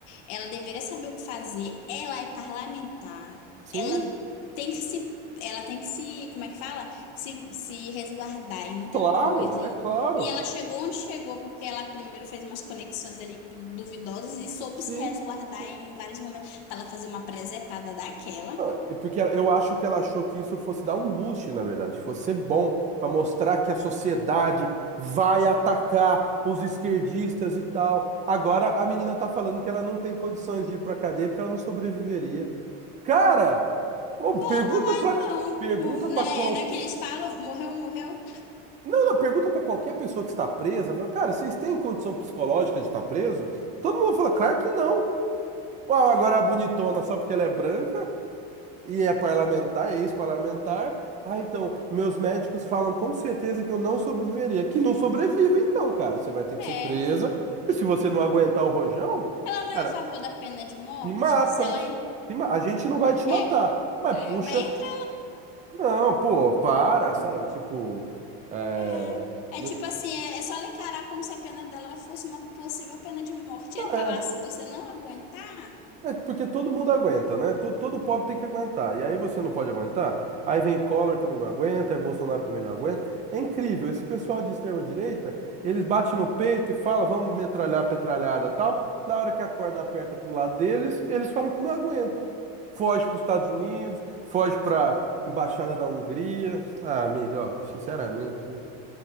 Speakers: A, on the left (about 60°); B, on the right (about 25°).
A: Ela deveria saber o que fazer. Ela é parlamentar.
B: Sim,
A: Ela tem que se, ela tem que se, como é que fala? Se, se resguardar em muita
B: claro,
A: coisa.
B: é
A: E,
B: claro.
A: e ela chegou onde chegou porque ela primeiro fez umas conexões ali duvidosas e soube
B: Sim,
A: se resguardar
B: sim.
A: em vários momentos para ela fazer uma presepada daquela.
B: Não, e porque ela- eu acho que ela achou que isso fosse dar um boost, na verdade, que fosse ser bom pra mostrar que a sociedade vai atacar os esquerdistas e tal. Agora a menina tá falando que ela não tem condições de ir pra cadeia porque ela não sobreviveria. Cara, ô,
A: Bota
B: pergunta
A: lá
B: pra,
A: então,
B: pergunta
A: Mo-
B: para
A: né?
B: qual
A: Naqueles falam, morreu, morreu.
B: Não, não, pergunta pra qualquer pessoa que está presa, fala, cara, vocês têm condição psicológica de estar preso? Todo mundo fala, claro que não. Uau, agora a bonitona só porque ela é branca e é parlamentar, é ex-parlamentar. Ah, então, meus médicos falam com certeza que eu não sobreviveria. Que não sobrevive, então, cara. Você vai ter que
A: É.
B: ser presa. E se você não aguentar o rojão,
A: Ela não
B: cara,
A: é a favor da pena de morte?
B: te mata.
A: Se ela en-
B: Se ma- A gente não vai te matar.
A: é,
B: Mas, puxa,
A: é, mas entra.
B: não, pô, para,
A: hum,
B: sabe? Tipo, é...
A: É,
B: não-
A: é tipo assim, é, é só ela encarar como se a pena dela fosse uma possível pena de morte. Entra
B: é.
A: lá, se você não aguentar,
B: É porque todo mundo aguenta, né? Todo, todo pobre tem que aguentar. E aí você não pode aguentar. Aí vem Collor também não aguenta, aí Bolsonaro também não aguenta. É incrível. Esse pessoal de extrema direita, eles batem no peito e falam, vamos metralhar, petralhada, tal. Na hora que a corda aperta pro lado deles, eles falam que não aguentam. Foge para os Estados Unidos, foge para embaixada da Hungria. Ah, amiga, ó, sinceramente, viu?